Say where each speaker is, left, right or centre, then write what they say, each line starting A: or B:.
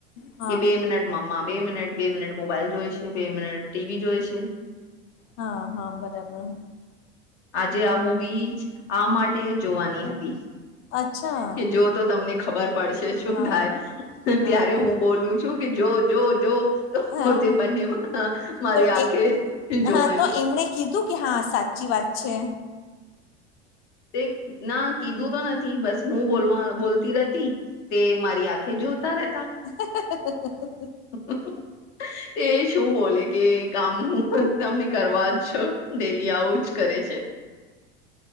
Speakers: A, on the left; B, on the left.
A: હમમ.
B: કે બે મિનટ મમા, બે મિનિટ, બે મિનટ મોબાઈલ જોઈ છે, બે મિનટ ટીવી જોઈ છે.
A: હા હા બરાબર.
B: આજે આ મુવી જ આ માટે જોવાની હતી.
A: અચ્છા
B: કે જો તો તમને ખબર પડશે શું
A: હા
B: થાય તો
A: હા
B: ત્યારે
A: હા
B: હું બોલું છું કે જો જો જો તો
A: હા
B: હું તે બંને મારી
A: તો
B: આંખે
A: એ
B: જોવાની
A: હા તો એમણે કીધું કે હા સાચી વાત છે.
B: તે ના કીધું તો નથી બસ હું બોલવા બોલતી રેતી. તે મારી આંખે જોતા રહેતા.
A: <inaudible>
B: <inaudible> તે શું બોલે કે કામ હું પણ તમને કરવા છો ડેલી આવું જ કરે છે.